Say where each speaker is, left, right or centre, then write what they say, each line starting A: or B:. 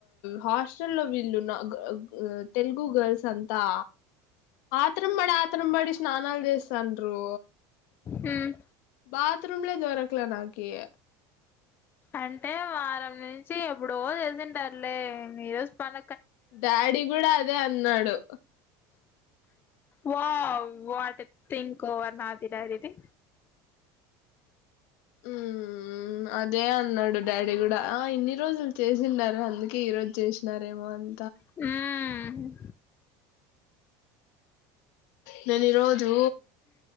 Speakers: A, on the left; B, on the left.
A: హాస్టల్లో వీళ్ళు నా ఆ తెలుగు గర్ల్స్ అంతా ఆత్రంబడి ఆత్రంబడి స్నానాలు తీస్తాండ్రు
B: మ్మ్
A: బాత్ రూమ్ లే దొరకలే ద కీయ
B: అంటే వారం నుంచి ఎప్పుడో చేసింటారులే ఈ రోజు పన
A: డాడీ కూడా అదే అన్నాడు
B: వావ్ వాటె థింక్ ఓవర్ నాది డాడి ది
A: మ్.. అదే అన్నాడు డాడీ కూడా ఆ ఇన్ని రోజులు చేసిండారు అందుకే ఈ రోజు చేసినారేమో అని
B: మ్
A: నేను ఈరోజు